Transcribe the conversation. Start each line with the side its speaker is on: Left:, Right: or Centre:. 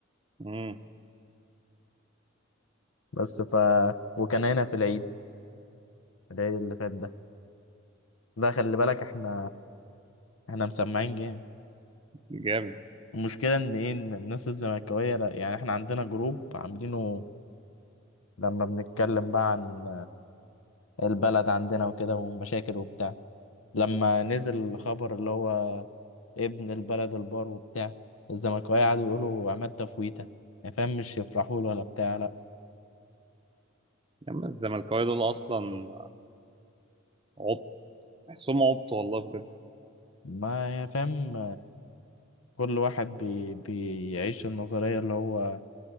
Right: امم
Left: بس ف وكان هنا في العيد العيد اللي فات ده ده خلي بالك احنا احنا مسمعين جامد
Right: جامد
Left: المشكلة إن إيه إن الناس الزملكاوية لا- يعني إحنا عندنا جروب عاملينه لما بنتكلم بقى عن البلد عندنا وكده والمشاكل وبتاع لما نزل الخبر اللي هو ابن البلد البار وبتاع الزملكاويه قعدوا يقولوا عماد تفويته يعني فاهم مش يفرحوا له ولا بتاع لا
Right: يا عم الزملكاويه دول اصلا عبط تحسهم عبط والله بجد
Left: ما يعني فاهم كل واحد بي بيعيش النظرية اللي هو